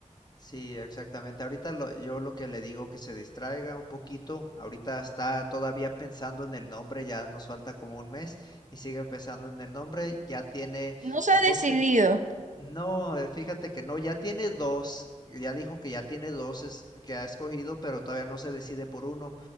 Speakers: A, on the left (about 30°); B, on the right (about 70°).
A: Sí, exactamente. Ahorita lo- yo lo que le digo que se distraiga un poquito. Ahorita está todavía pensando en el nombre, ya nos falta como un mes y sigue pensando en el nombre. Ya tiene
B: No se
A: 12
B: ha decidido.
A: No, eh, fíjate que no, ya tiene dos, ya dijo que ya tiene dos es- que ha escogido, pero todavía no se decide por uno.